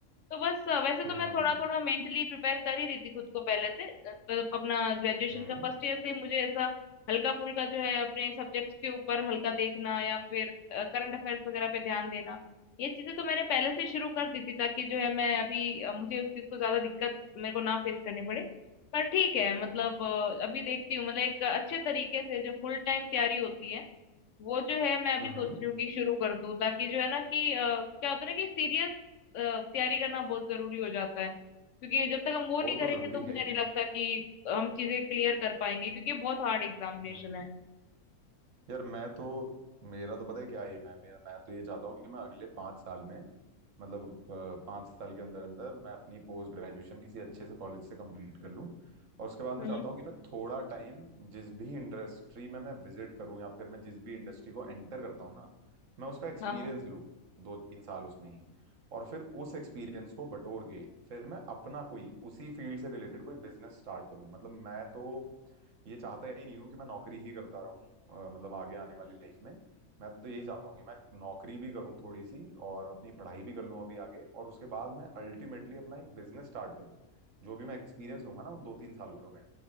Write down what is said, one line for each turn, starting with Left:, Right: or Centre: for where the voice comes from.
Left: तो बस अ, वैसे तो
Right: हम्म
Left: मैं थोड़ा थोड़ा मेंटली प्रिपेयर कर ही रही थी खुद को पहले से अ, मतलब अपना ग्रेजुएशन
Right: हम्म,
Left: का फर्स्ट ईयर से मुझे ऐसा हल्का फुल्का जो है अपने सब्जेक्ट्स के ऊपर हल्का देखना या फिर करंट अफेयर्स वगैरह पे ध्यान देना ये चीजें तो मैंने पहले से शुरू कर दी थी ताकि जो है मैं अभी अ, मुझे उस चीज को ज्यादा दिक्कत मेरे को ना फेस करनी पड़े पर ठीक है मतलब अ, अभी देखती हूँ मतलब एक अच्छे तरीके से जो फुल टाइम तैयारी होती है वो जो है मैं अभी
Right: हम्म,
Left: सोच रही हूँ कि शुरू कर दूँ ताकि जो है ना कि अ, क्या होता है ना कि सीरियस तैयारी करना बहुत जरूरी हो जाता है क्योंकि जब तक हम वो
Right: वो
Left: नहीं करेंगे
Right: तो जरूरी
Left: तो मुझे
Right: है ही
Left: नहीं लगता कि हम चीजें क्लियर कर पाएंगे क्योंकि ये बहुत हार्ड एग्जामिनेशन
Right: हम्म
Left: है
Right: यार मैं तो मेरा तो पता है क्या एम है मेरा मैं तो ये चाहता हूँ कि मैं अगले पांच साल में मतलब अ, पाँच साल के अंदर अंदर मैं अपनी पोस्ट ग्रेजुएशन किसी अच्छे से कॉलेज से कंप्लीट कर लूँ और उसके बाद मैं
Left: हम्म
Right: चाहता हूँ कि मैं थोड़ा टाइम जिस भी इंडस्ट्री में मैं विजिट करूँ या फिर मैं जिस भी इंडस्ट्री को एंटर करता हूँ ना मैं उसका एक्सपीरियंस
Left: हाँ हाँ
Right: लूँ दो तीन साल उसमें ही और फिर उस एक्सपीरियंस को बटोर के फिर मैं अपना कोई उसी फील्ड से रिलेटेड कोई बिजनेस स्टार्ट करूँ मतलब मैं तो ये चाहता ही नहीं हूँ कि मैं नौकरी ही करता रहूँ अ, मतलब आगे आने वाली लाइफ में मैं तो यही चाहता हूँ कि मैं नौकरी भी करूँ थोड़ी सी और अपनी पढ़ाई भी कर लूँ अभी आगे और उसके बाद मैं अल्टीमेटली अपना एक बिजनेस स्टार्ट करूँ जो भी मैं एक्सपीरियंस लूंगा ना उन दो तीन सालों में